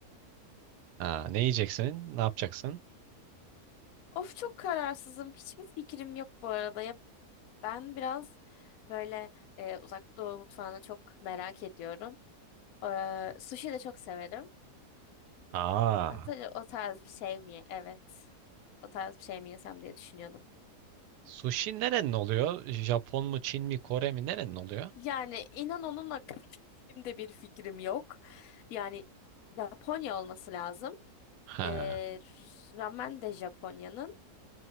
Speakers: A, on the right; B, on the left.
A: Aa, ne yiyeceksin? Ne yapacaksın?
B: Of çok kararsızım. Hiçbir fikrim yok bu arada. Ya ben biraz böyle e, uzak doğu mutfağını çok merak ediyorum. Ee, sushi de çok severim.
A: Aa,
B: O, tar- o tarz bir şey mi? ye- Evet. O tarz bir şey mi yesem diye düşünüyordum.
A: sushi nerenin oluyor? Japon mu, Çin mi, Kore mi? Nerenin oluyor?
B: Yani inan onun hakkında <laughs> benim de bir fikrim yok. Yani Japonya olması lazım.
A: Ha,
B: Ee, ramen de Japonya'nın.